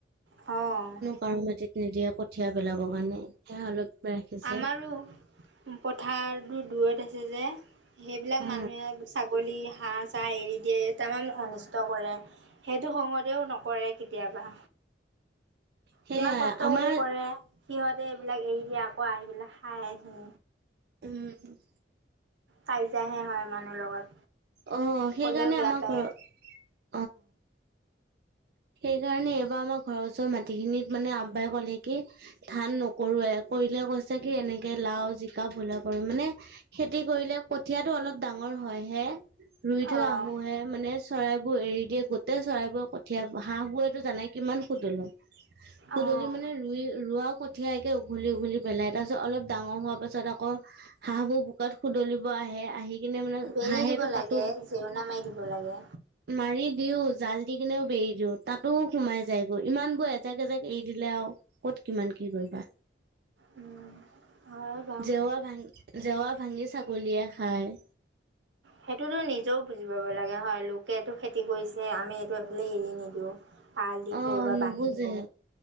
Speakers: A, on the right; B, on the right.
A: অ',
B: তাৰ মাটিত নিদিয়ে কঠীয়া পেলাবৰ কাৰণে সেয়া অলপ ৰাখিছে
A: আমাৰো পথাৰটো দূৰত আছে যে সেইবিলাক
B: অ
A: মানুহে ছাগলী সাজ এৰি দিয়ে তাৰান অনিষ্ট কৰে সেইটো খঙতেও নকৰে কেতিয়াবা।
B: সেয়াই
A: কিমান কষ্ট
B: আমাৰ
A: কৰি কৰে সিহঁতে এইবিলাক এৰি দিয়ে আকৌ আহি পেলাই খাই সি
B: উম,
A: কাইজিয়া হে হয় মানুহ লগত।
B: অ', সেইকাৰণে
A: ক'লেও বেয়া
B: আমাৰ
A: পায়
B: ঘৰত সেইকাৰণে এইবাৰ আমাৰ ঘৰৰ ওচৰ মাটি খিনিত মানে আব্বাই ক'লে কি ধান নকৰোৱে কৰিলে কৈছে কি এনেকে লাও, জিকা, ভোলে কৰিম মানে খেতি কৰিলে কঠিয়াটো অলপ ডাঙৰ হয় হে ৰুই থৈ
A: অঁ
B: আহোঁহে মানে চৰাইবোৰ এৰি দিয়ে গোটেই চৰাইবোৰ কঠীয়া হাঁহ বুৰেতো জানাই কিমান সুতলো সুতলি
A: অঁ
B: মানে ৰুই ৰোৱা ক ঠিয়াইকে উঘলি উঘলি পেলাই তাৰ পিছত অলপ ডাঙৰ হোৱা পাছত আকৌ হাঁহবোৰ কাত শুদলিব আহে আহি কিনে মানে
A: বেৰি
B: হাঁহেটো
A: দিব লাগে
B: পাতো
A: জেউনা মাৰি দিব লাগে
B: মাৰি দিও জাল দি কিনেও এৰি দিও তাতো সোমাই যায়গৈ ইমান বোৰ এজাক এজাক এৰি দিলে আৰু ক'ত কিমান কি কৰিবা?
A: উম, হয় বাৰু
B: জেওৰা ভাঙি, জেওৰা ভাঙি ছাগলীয়ে খায়।
A: সেইটোতো নিজেও বুজি পাব লাগে হয় লোকে এইটো খেতি কৰিছে আমি এইটো বোলে এৰি নিদিওঁ, এৰাল দি
B: অ
A: থওঁ বা
B: নুবুজে
A: বান্ধি থওঁ।